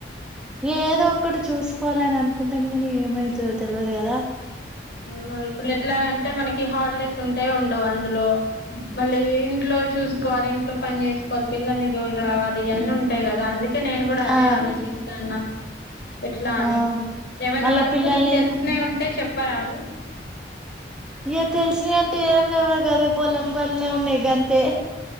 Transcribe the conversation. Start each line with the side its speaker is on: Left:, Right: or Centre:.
Centre: ఏదో ఒకటి చూసి కోవాలని అనుకుంటాను కానీ ఏమైతదో తెల్వదు కదా
Left: అవును ఇప్పుడు ఎట్లా అంటే మనకి హాలిడేస్ ఉంటే ఉండవు అందులో మళ్ళీ ఇంట్లో చూసుకోవాలి ఇంట్లో పని చేసుకోవాలి పిల్లల్ని ధోలు రావాలి అన్నీ ఉంటాయి కదా అందు కె నేను కూడా అదే
Centre: ఆ
Left: ఆలోచిస్తాన్నా, ఎట్లా అని
Centre: ఆ
Left: ఏమైన్నా
Centre: మళ్ళా
Left: వరకు
Centre: పిల్లల్ని
Left: నీకు తెలిసిన ఉంటే చెప్ రాదు
Centre: ఇ తెలిసినా అంటే ఏం లేవరు కదే పొలం ప ఉన్నాయి గంతే